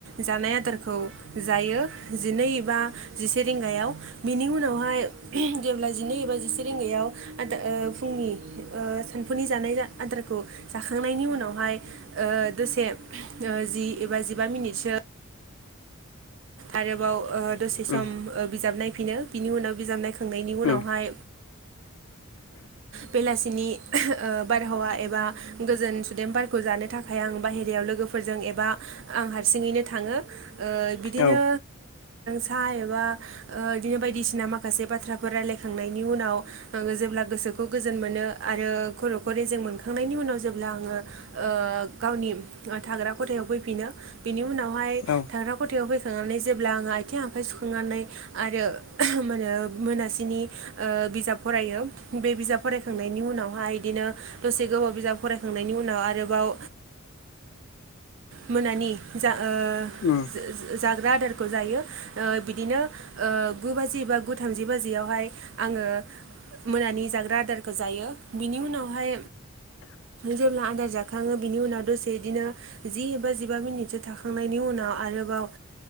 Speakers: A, on the right (about 60°); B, on the left (about 70°).
A: जानाय आदारखौ जायो जिनै बा जिसे रिंगायाव बिनि उनावहाय जेब्ला जिनै एबा जिसे रिंगायाव आदार फुंनि सानफुनि जानाय आदारखौ जाखांनायनि उनावहाय दसे जि एबा जिबा मिनिटसो आरोबाव दसे सम
B: उम
A: बिजाब नायफिनो बिनि उनाव बिजाब नायखां नायनि उनावहाय
B: उम
A: बेलासिनि बारहावा एबा गोजोन सुदेम बारखौ जानो थाखाय आ बाहेराव लोगोफोरजों एबा आं हारसिङैनो थाङो बिदिनो
B: औ
A: सा एबा बिदिनो बायदिसिना माखासे बाथ्रा राखयलायखांनायनि उनाव जेब्ला गोसोखौ रेजें मोन आरो खरखौ मोनखांनायनि‌ उनाव जेब्ला आङो गावनि थाग्रा खथायाव फैफिनो बिनि उनावहाय
B: औ
A: थाग्रा खथायाव फैखांनानै जेब्ला आङो आथिं आखाइ सुखांनानै आरो माहोनो मोनासिम मोनासिनो बिजाब फरायो बे बिजाब फरायखांनायनि उनावहाय बिदिनो दसे गोबाव बिजाब फराय फरायखांनायनि उनाव आरोबाव मोनानि जा ओ
B: उम
A: जाग्रा आदारखौ जायो बिदिनो गु बाजि बा गु थामजि बाजियावहाय आङो मोनानि जाग्रा आदारखौ जायो बिनि उनावहाय जेब्ला आदार जाखङो बिनि उनाव दसे बिदिनो जि एबा जिबा मिनिटसो थाखांनायनि उनाव आरोबाव